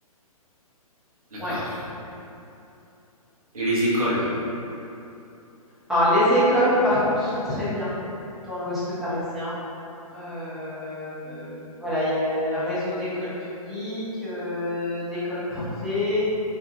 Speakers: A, on the right (about 70°); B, in the centre.
A: D'accord.
B: Ouais.
A: Et les écoles?
B: Alors les écoles par contre sont très bien dans l'ouest parisien. Heu, voilà, il y a un réseau d'écoles publiques, heu, d'écoles privées.